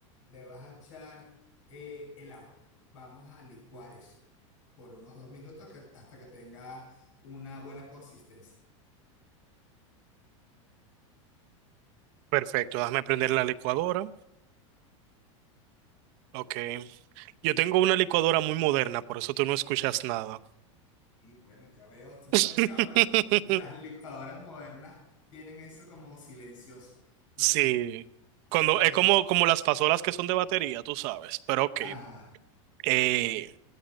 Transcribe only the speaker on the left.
Le vas a echar eh, el agua. Vamos a licuar eso por unos dos minutos que- hasta que tenga una buena consistencia.
Y bueno, ya veo, tú sabes
que ahora las <laughs> licuadoras modernas tienen eso como silencioso. Entonces,
si
ya,
ajá,